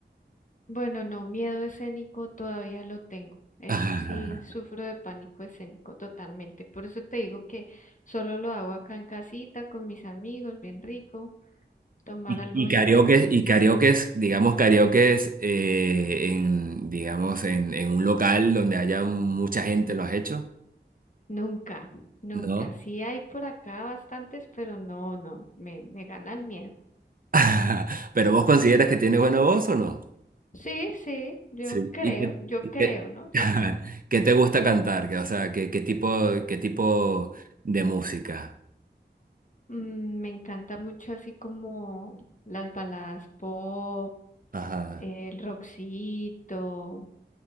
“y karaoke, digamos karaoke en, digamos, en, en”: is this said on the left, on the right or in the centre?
Right